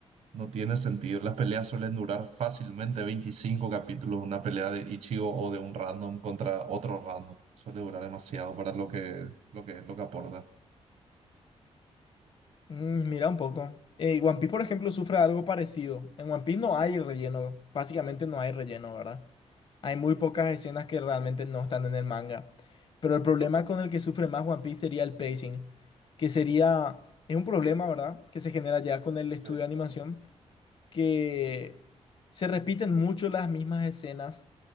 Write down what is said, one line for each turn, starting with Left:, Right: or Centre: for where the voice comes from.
Right: No tiene sentido. Las peleas suelen durar fácilmente 25 capítulos. Una pelea de Ichigo o de un random contra otro random. Suele durar demasiado para lo que, lo que, lo que aporta.
Left: Mm, Mira un poco. Eh, One Piece, por ejemplo, sufre algo parecido. En One Piece no hay relleno. Básicamente no hay relleno, ¿verdad? Hay muy pocas escenas que realmente no están en el manga. Pero el problema con el que sufre más One Piece sería el pacing. Que sería... Es un problema, ¿verdad? Que se genera ya con el estudio
Right: Sí,
Left: de animación. Que se repiten mucho las mismas escenas